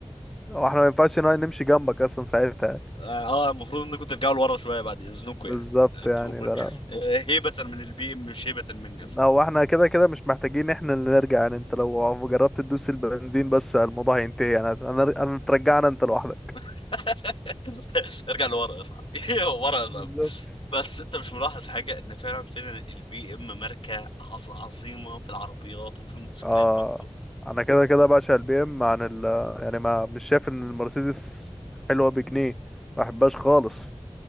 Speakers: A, in the centre; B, on the left.
A: هو احنا ما ينفعش نا- نمشي جنبك اصلا ساعتها
B: اه آه، المفروض انكم ترجعوا لورا شويه بعد اذنكم
A: بالظبط
B: يعني هتقوم-
A: يعني ده لو
B: آه، هيبة من البي ام مش هيبة مني يا صاحبي
A: هو احنا كده كده مش محتاجين احنا اللي نرجع يعني انت لو جربت تدوس البنزين بس الموضوع هينتهي يعني انا انا ترجعنا انت لوحدك
B: <laughs> ارجع لورا يا صاحبي <laughs> ورا يا صاحبي
A: بالظبط
B: بس انت مش ملاحظ حاجه ان فعلا فعلا البي ام ماركه عظ- عظيمه في العربيات وفي الموتوسيكلات
A: اه
B: برضه
A: انا كده كده بعشق البي ام عن ال يعني ما مش شايف ان المرسيدس حلوه بجنيه ما بحبهاش خالص